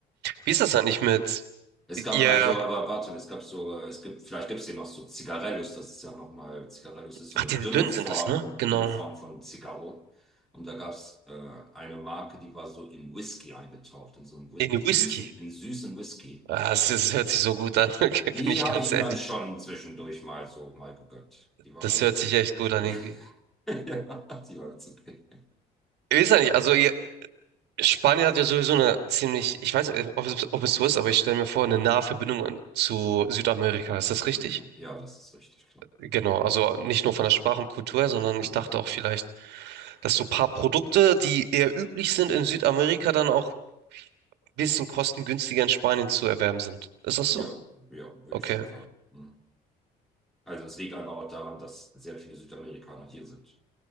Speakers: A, on the right (about 80°); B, in the centre.
A: Wie ist das eigentlich mit
B: Es gab
A: ihr?
B: mal so, aber warte, es gab so, äh, es gibt, vielleicht gibt es hier noch so Zigarellos, das ist ja nochmal, Zigarellos ist so
A: Ach,
B: eine
A: die
B: dünne
A: dünnen
B: Form,
A: sind das, ne? Genau.
B: dünne Form von Zigarro. Und da gab es äh, eine Marke, die war so in Whisky eingetaucht, in so einen Whi-
A: In
B: süßen,
A: Whisky.
B: in süßen Whisky.
A: Ah, das, das hört sich so gut an, <laughs> okay, bin
B: Die
A: ich
B: habe
A: ganz
B: ich mir
A: ehrlich.
B: dann schon zwischendurch mal so mal gegönnt. Die war
A: Das
B: ganz
A: hört
B: okay.
A: sich echt gut an
B: <laughs>
A: irgendwie.
B: Ja, die war ganz okay.
A: Ich weiß ja nicht, also ihr, Spanien hat ja sowieso eine ziemlich, ich weiß nicht, ob es, ob es so ist, aber ich stelle mir vor, eine nahe Verbindung an- zu Südamerika. Ist das richtig?
B: Ja, ja, das ist richtig, klar.
A: Genau,
B: Hm.
A: also nicht nur von der Sprache und Kultur her, sondern
B: Hm.
A: ich dachte auch vielleicht, dass so ein paar Produkte, die eher üblich sind in Südamerika, dann auch ein bisschen kostengünstiger in Spanien zu erwerben sind. Ist das
B: Ja,
A: so?
B: ja, würde
A: Okay.
B: ich schon sagen. Hm. Also es liegt einfach auch daran, dass sehr viele Südamerikaner hier sind.